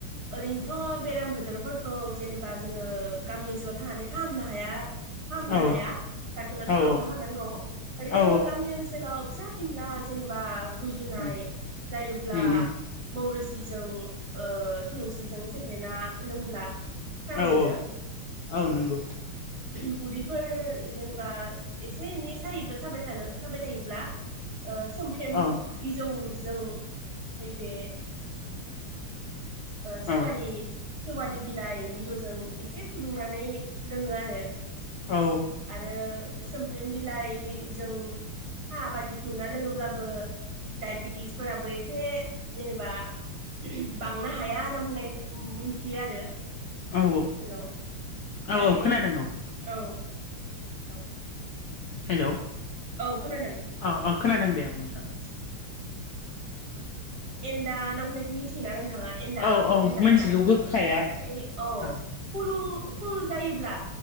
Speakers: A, on the right; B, on the left.
A: ओरैनोथ' बेराम गिदोरफोर खौ जेनेबा जोङो गामि ओनसोलाव थांनानै फाहामनो हाया फाहामनो
B: औ
A: हाया डक्टरनाथ'
B: औ
A: थांथारखानांगौ ओरैनो
B: औ
A: गामि ओनसोलाव फिसा फिनला जेनेबा गुजुनाय
B: उम
A: जायोब्ला
B: उम उम
A: मौरोसिजों ओ थुलुंसिजों सेफ्लेना लोंब्ला स्रां
B: औ
A: मोनो
B: औ
A: बेनिफ्राय
B: औ नंगौ
A: उदैफोर जेनेबा एसे एनै सायो साबाय थानो साबाय थायोब्ला ओ सोमफ्रेम
B: औ
A: बिजौजों नैबे ओमफ्राय ओ सेेवालि
B: औ
A: सेेवालि बिलाइ बिजौजों एसे फुदुंनानै लोङो आरो
B: औ
A: आरो सोमफ्रोम बिलाइजों साहा बादि फुदुंना लोङोब्लाबो डाइबेटिसफोराबो एसे जेनेबा बांनो हाया होनना बुंनाय मिथियो आरो जोंनि
B: औ
A: ओनसोलाव माने
B: औ खोनादों औ
A: औ जोंनि ओनसोलाव
B: हेलौ
A: औ खोनादों
B: औ औ खोनादों दे औ नोंथां
A: बेनिफ्राय एनदा होनना बुंनायखौ मिथिगोना नों थाङा एनदा
B: औ औ
A: एनदा
B: मिथिगौ
A: थारा
B: गोखाया
A: औ ओइ औ
B: ओं
A: खुरु खुरु जायोब्ला